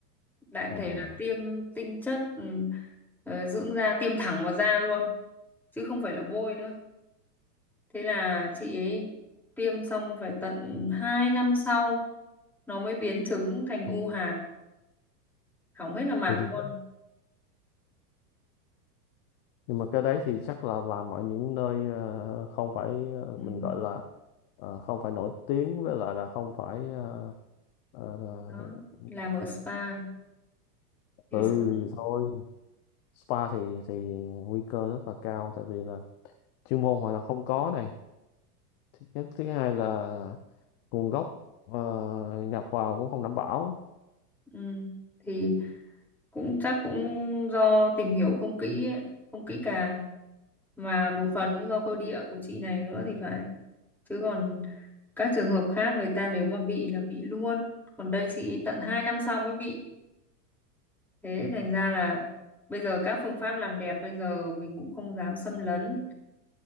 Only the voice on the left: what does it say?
à
kinh
nhưng mà cái đấy thì chắc là làm ở những nơi ờ, không phải ờ,
mình gọi là ờ, không phải nổi tiếng với lại là không phải ờ, ờ, ờ,
ừ
thôi spa thì thì nguy cơ rất là cao tại vì là chuyên môn họ là không có này thứ nhất thứ hai là nguồn gốc ờ, nhập vào cũng không đảm bảo